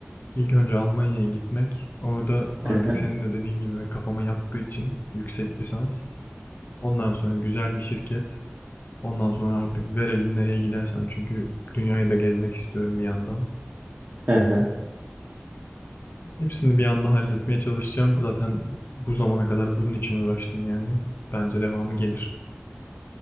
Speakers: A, on the left; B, on the right.
A: İlk önce Almanya'ya gitmek. Orada artık
B: Hı hı.
A: senin de dediğin gibi ve kafama yattığı için yüksek lisans. Ondan sonra güzel bir şirket. Ondan sonra artık ver elin nereye gidersem çünkü dünyayı da gezmek istiyorum bir yandan.
B: Hı hı.
A: Hepsini bir anda halletmeye çalışacağım. Zaten bu zamana kadar bunun için uğraştım yani. Bence devamı gelir.